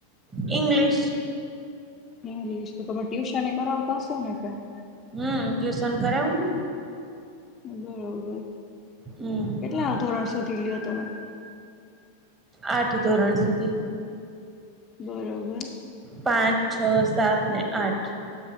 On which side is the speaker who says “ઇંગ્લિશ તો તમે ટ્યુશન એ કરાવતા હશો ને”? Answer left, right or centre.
Left